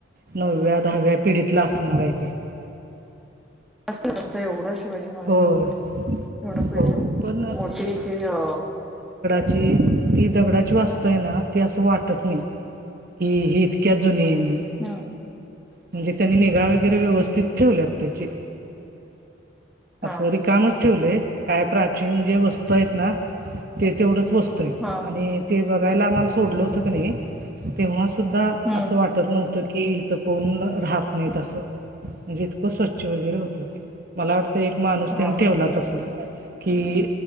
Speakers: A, on the right; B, in the centre.
A: नवव्या दहाव्या पिढीतला असणार आहे ते.
B: <unintelligible> एवढं शिवाजी महाराजांच
A: होय
B: अस एवढ पिढी
A: होय पण
B: मोठी ती आ.
A: जी ती दगडाची वास्तू आहे ना ती असं वाटत नाही. कि हे इतक्या जुनी आहे.
B: हम्म.
A: म्हणजे त्यांनी निगा वगैरे
B: हम्म
A: व्यवस्थित
B: हम्म हम्म
A: ठेवल्यात त्याची असं
B: हा हा
A: रिकामच
B: हा
A: ठेवले काय प्राचीन जे वस्तू आहेत ना. ते तेवढंच वस्त
B: हा
A: आणि ते बघायला आम्हाला सोडलं होतं क नाही, तेव्हा सुद्धा
B: हम्म
A: असं वाटं त नव्हतं की इथं कोणं राहत नाहीत आसं म्हणजे इतकं स्वच्छ वगैरे होतं ते, मला वाटतं तो एक माणूस
B: हा
A: त्यांनी ठेवलाच
B: हा
A: असलं... की